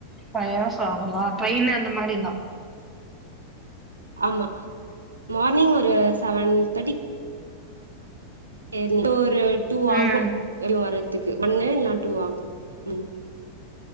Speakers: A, in the centre; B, on the right (about 75°).
A: ஃபைவ் ஹவர்ஸ் ஆகுங்களா ட்ரெயின்னு அந்த மாரி இருந்தா
B: ஆமா மார்னிங் ஒரு செவன் தேட்டி இப்போ ஒரு டூ ஆகு
A: ம்
B: <inaudible> வர்றதுக்கு ஒன்னு இல்னா டூ ஆகு ம்